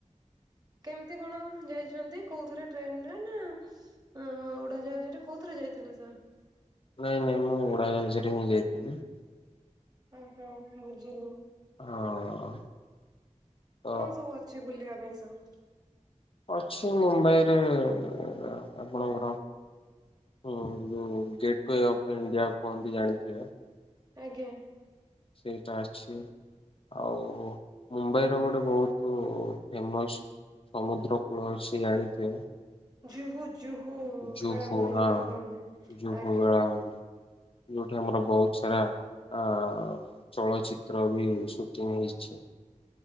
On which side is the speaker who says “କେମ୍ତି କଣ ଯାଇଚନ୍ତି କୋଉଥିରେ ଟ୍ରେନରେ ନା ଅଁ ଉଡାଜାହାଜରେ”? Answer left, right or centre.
Right